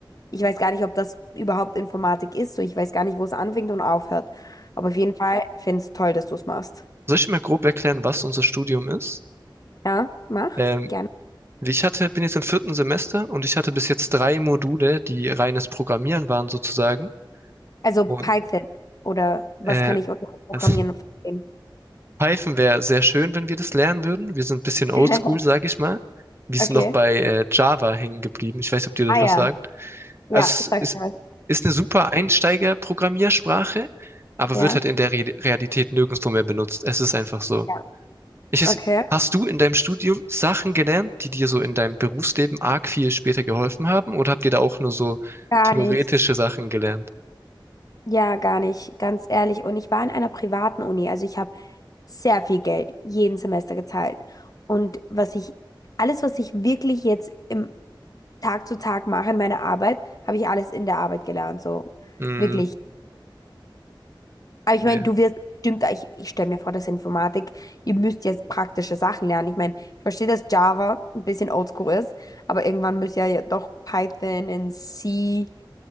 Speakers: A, on the left; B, on the right.
A: Ich weiß gar nicht, ob das überhaupt Informatik ist. So, ich weiß gar nicht, wo es anfängt und aufhört. Aber auf jeden Fall finde ich es toll, dass du es machst.
B: Soll ich mal grob erklären, was unser Studium ist?
A: Ja, mach.
B: Ähm,
A: Gerne.
B: wie ich hatte, bin jetzt im vierten Semester und ich hatte bis jetzt drei Module, die reines Programmieren waren sozusagen.
A: Also
B: Und
A: Python oder was
B: äh,
A: kann ich unter Programmieren
B: das
A: verstehen?
B: Python wäre sehr schön, wenn wir das lernen würden. Wir sind ein bisschen oldschool,
A: <laughs>
B: sage ich mal. Wir
A: Okay.
B: sind noch bei äh, Java hängen geblieben. Ich weiß nicht, ob dir das
A: Ah ja.
B: was sagt.
A: Ja,
B: Also
A: sag
B: es ist,
A: mir was.
B: ist eine super Einsteiger-Programmiersprache, aber
A: Ja.
B: wird halt in der Re Realität nirgendwo mehr benutzt. Es ist einfach so.
A: Ja.
B: Ich, weiß-
A: Okay.
B: hast du in deinem Studium Sachen gelernt, die dir so in deinem Berufsleben arg viel später geholfen haben? Oder habt ihr da auch nur so
A: Gar
B: theoretische
A: nicht.
B: Sachen gelernt?
A: Ja, gar nicht, ganz ehrlich. Und ich war in einer privaten Uni, also ich habe sehr viel Geld jeden Semester gezahlt. Und was ich, alles, was ich wirklich jetzt im Tag zu Tag mache in meiner Arbeit, habe ich alles in der Arbeit gelernt, so
B: Hm,
A: wirklich. Aber ich
B: nee.
A: meine, du wirst bestimmt, ich, ich stelle mir vor, dass Informatik, ihr müsst jetzt praktische Sachen lernen. Ich meine, ich verstehe, dass Java ein bisschen oldschool ist, aber irgendwann müsst ihr ja doch Python und C,